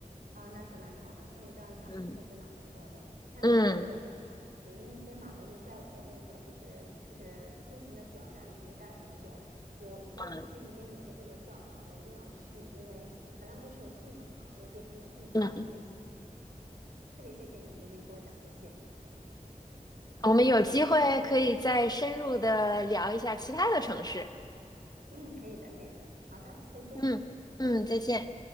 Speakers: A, on the right; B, on the left.
A: 啊，那是蛮爽的。听你这样讲，
B: 嗯
A: 还确实蛮不错的。那有机会去一下马德里，
B: 嗯
A: 因为其实马德里在我的那个就是就是出行的表单里已经待了很久。我想去那边有个叫做教堂，
B: 嗯
A: 我一定要去，因为本来我也是有信仰的嘛，我也被他们的故事也深深吸
B: 嗯，
A: 引。特别谢谢你今天给我讲这些。
B: 我们有机会可以再深入的聊一下其他的城市，
A: 嗯，可以的，可以的。好的，再见。
B: 嗯嗯，再见。